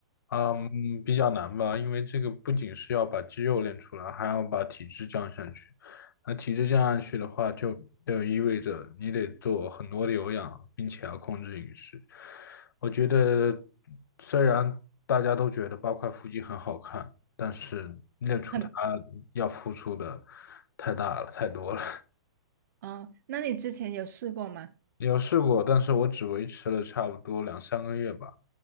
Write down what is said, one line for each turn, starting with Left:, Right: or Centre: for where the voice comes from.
Left: 嗯，比较难吧，因为这个不仅是要把肌肉练出来，还要把体质降下去。那体质降下去的话，就就意味着你得做很多的有氧，并且要控制饮食。我觉得，虽然大家都觉得八块腹肌很好看，但是练出它
Right: <laughs> 很
Left: 要付出的太大了，太多了。
Right: 哦，那你之前有试过吗？
Left: 有试过，但是我只维持了差不多两三个月吧，